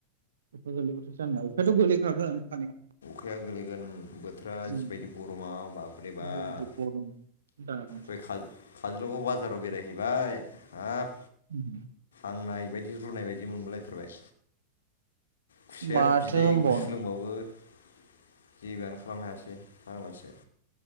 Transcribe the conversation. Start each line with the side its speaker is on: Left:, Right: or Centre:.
Right: अखा गोलैबाथ जाननाव अखायाथ' गोलै खागोन खानाया।
Left: खाया गोलैगोन बोथोरा जिबायदि
Right: उम
Left: गरमाव बाब्रे
Right: बे
Left: बाब
Right: गरम दाबांसो
Left: बे काल-काजलगाव बाजाराव बेरायहैबाय हाब
Right: उम
Left: हांनाय बायदि रु रुनाय बायदि मोनबोलायथारबाय। खुसेर
Right: माथो
Left: बिदै
Right: होनबावनो
Left: गुसु लोंबाबो जिबोआनो खालामनो हायासै फाग्लासो।